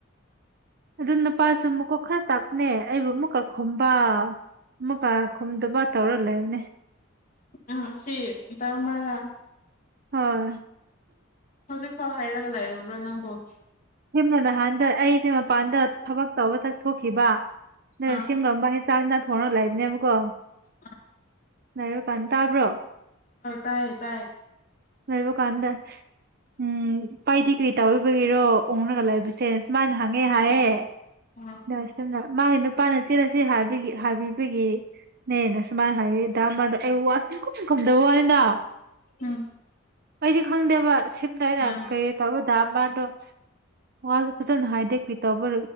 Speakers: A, on the right; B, on the left.
A: ꯑꯗꯨ ꯅꯨꯄꯥꯁꯨ ꯃꯀꯣꯛ ꯈꯔ ꯆꯥꯛꯅꯦ ꯑꯩꯕꯨ ꯑꯃꯨꯛꯀ ꯈꯨꯝꯕ ꯑꯃꯨꯛꯀ ꯈꯨꯝꯗꯕ ꯇꯧꯔ ꯂꯩꯕꯅꯦ
B: ꯎꯝ ꯁꯤ ꯇꯃꯒ
A: ꯍꯣꯏ
B: ꯍꯧꯖꯤꯛ ꯐꯥꯎ ꯍꯥꯏꯔꯒ ꯂꯩꯔꯨꯕ꯭ꯔꯥ ꯅꯪꯕꯨ
A: ꯌꯨꯝꯅ ꯅꯍꯥꯟꯗ ꯑꯩꯁꯦ ꯃꯄꯥꯟꯗ ꯊꯕꯛ ꯇꯧꯕ ꯆꯠꯊꯣꯛꯈꯤꯕ ꯅ
B: ꯑꯥ
A: ꯁꯤꯝꯒ ꯑꯃꯝꯕ ꯍ ꯇꯥꯖꯅ <unintelligible> ꯐꯣꯟ ꯂ ꯂꯩꯒꯅꯤꯅꯦ ꯑꯃꯛ ꯀꯣ <unintelligible>
B: ꯑ
A: ꯂꯥꯏꯔꯑꯣ ꯄꯥꯟ ꯇꯥꯕ꯭ꯔꯣ
B: ꯑꯥ ꯇꯥꯏꯌꯦ ꯇꯥꯏꯌꯦ
A: ꯂꯩꯕ ꯀꯥꯟꯗ ꯎꯝ ꯄꯥꯏꯗꯤ ꯀꯔꯤ ꯇꯧꯕꯒꯤꯔꯣ ꯎꯨꯡꯑꯒ ꯂꯩꯕꯁꯦ ꯁꯨꯃꯥꯏꯅ ꯍꯪꯉꯦ ꯍꯥꯏꯌꯦ
B: ꯑꯣ
A: ꯗꯁꯒ <unintelligible> ꯃꯥꯒꯤ ꯅꯨꯄꯥꯅ ꯆꯦꯜꯂꯁꯤ ꯍꯥꯏꯕꯒꯤ ꯍꯥꯏꯕꯤꯕꯒꯤꯅꯦꯅ ꯁꯨꯃꯥꯏꯅ ꯍꯥꯏꯌ‌ꯦ ꯗꯥ ꯑꯃꯔꯗꫭ ꯑꯩꯋꯥ ꯁꯨꯝ ꯈꯨꯝ ꯈꯨꯝꯗꯕ ꯋꯥꯅꯤꯗ
B: ꯎꯝ
A: ꯑꯩꯗꯤ ꯈꯪꯗꯦꯕ ꯊ
B: ꯎꯝ
A: ꯀꯩꯌꯦ ꯇ <unintelligible> <unintelligible> ꯋꯥꯁꯨ ꯐꯖꯅ ꯍꯥꯏꯗꯦ ꯀꯔꯤ ꯇꯧꯕ